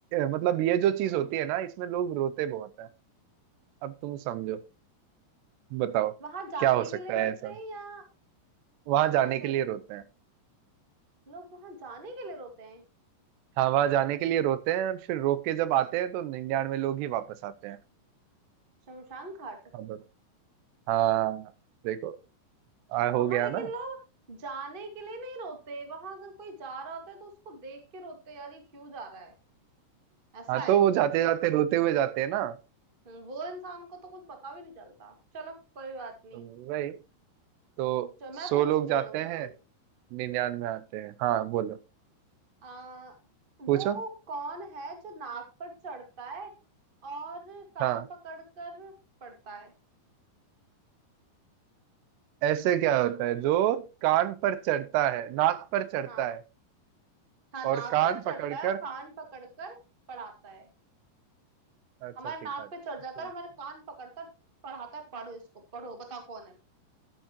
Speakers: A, on the right; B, on the right.
A: मतलब ये जो चीज होती है ना इसमें लोग रोते बहुत हैं अब तुम समझो बताओ
B: वहां जाने
A: क्या हो सकता
B: के लिए रोते
A: है ऐसा
B: हैं या
A: वहां जाने
B: कैसे
A: के लिए रोते हैं
B: लोग वहां जाने के लिए रोते हैं
A: हाँ वहां जाने के लिए रोते हैं और फिर रो के जब आते हैं तो निन्यानवे लोग ही वापस आते हैं
B: शमशान घाट
A: हाँ बत- हाँ, देखो आ, हो
B: वहां
A: गया
B: लेकिन
A: ना
B: लोग जाने के लिए नहीं रोते वहां अगर कोई जा रहा होता है तो उसको देख के रोते हैं, यार ये क्यों जा रहा है ऐसा
A: हाँ
B: है
A: तो वो जाते जाते रोते हुए जाते हैं ना
B: हम्म, वो इंसान को तो कुछ पता भी नहीं चलता चलो कोई बात नहीं
A: तो वही तो
B: चलो मैं
A: सौ
B: पूछती
A: लोग जाते
B: हूँ तुमसे
A: हैं निन्यानवे आते हैं हाँ बोलो
B: आ
A: पूछो
B: वो कौन है जो नाक पर चढ़ता है और कान
A: हाँ
B: पकड़कर पढ़ता है
A: ऐसे क्या होता है जो कान पर चढ़ता है नाक पर चढ़ता
B: हाँ
A: है
B: हाँ नाक
A: और कान
B: पर चढ़ता
A: पकड़कर
B: है कान पकड़कर पढ़ाता है
A: अच्छा
B: हमारे
A: ठीक
B: नाक
A: है ठीक
B: पे चढ़ जाता है और हमारे
A: है
B: कान पकड़ता है, पढ़ाता है पढ़ो इसको पढ़ो बताओ कौन है वो